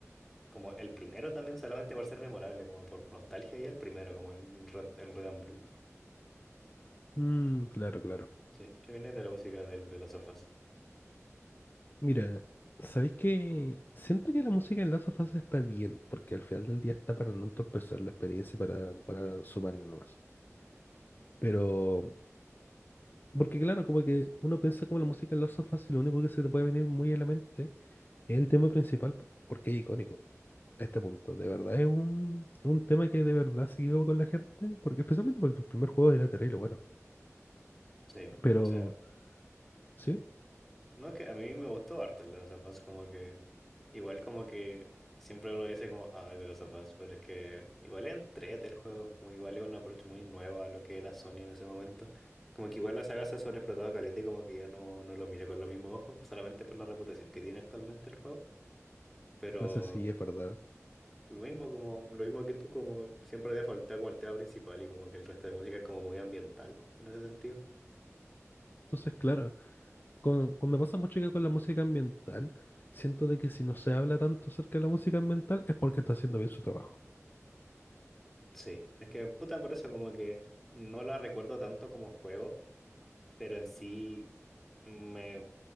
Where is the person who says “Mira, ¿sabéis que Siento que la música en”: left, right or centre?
Left